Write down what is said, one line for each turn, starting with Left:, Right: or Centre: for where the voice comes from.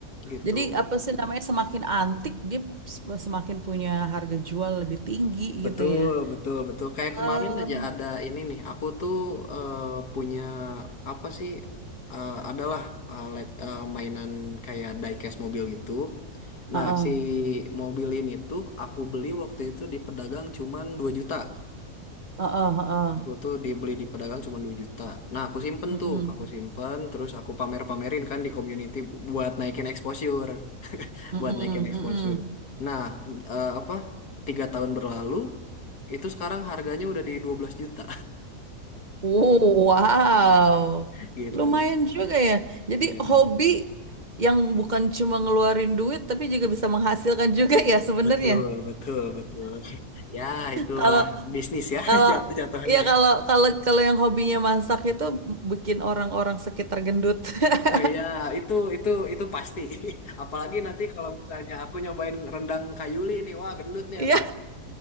Left: Gitu.
Right: Jadi apa sih namanya semakin antik dia s- semakin punya harga jual lebih tinggi
Left: Betul,
Right: gitu ya.
Left: betul, betul. Kayak
Right: Ah.
Left: kemarin aja ada ini nih. Aku tuh eh, punya apa sih? eh, adalah eh, let- eh, mainan kayak diecast mobil gitu. Nah,
Right: Heeh,
Left: si mobil ini tuh aku beli waktu itu di pedagang cuman 2 juta.
Right: heeh, heeh.
Left: Aku tuh dibeli di pedagang cuma 2 juta. Nah, aku simpen
Right: Mm-mm,
Left: tuh, aku simpen terus aku pamer-pamerin kan di community buat naikin exposure
Right: mm-mm,
Left: buat naikin exposure.
Right: mm-mm.
Left: Nah, eh, apa tiga tahun berlalu itu sekarang harganya udah di 12 juta
Right: Oh, wow.
Left: <laughs> gitu.
Right: Lumayan juga ya. Jadi
Left: Iya,
Right: hobi
Left: betul.
Right: yang bukan cuma ngeluarin duit tapi juga bisa menghasilkan juga ya sebenarnya.
Left: Betul, betul, betul. <laughs> Ya, itulah
Right: Kalau
Left: bisnis ya
Right: kalau
Left: <laughs> jatuh jatuhnya
Right: ya
Left: ya.
Right: kalau kalau kalau yang hobinya masak itu bikin orang-orang sekitar gendut. <laughs>
Left: Oh iya, itu itu itu pasti. <laughs> Apalagi nanti kalau misalnya aku nyobain rendang kayuli nih, wah gendut nih
Right: Iya,
Left: aku.